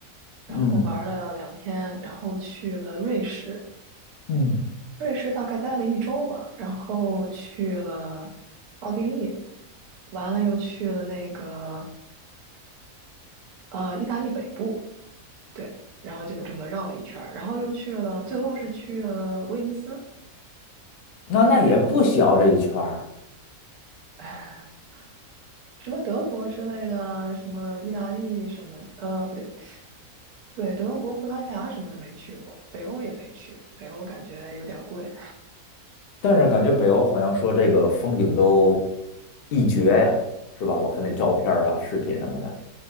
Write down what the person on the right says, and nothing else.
然后玩了两天，
然后去了瑞士，
瑞士大概待了一周吧，然后去了奥地利，完了又去了那个呃意大利北部。对，然后就这么绕了一圈儿，然后又去了，最后是去了威尼斯，
对，然后就，唉什么德国之类的啊，什么意大利什么，呃，不对，对，德国、葡萄牙什么的没去过，北欧也没去，北欧感觉有点贵，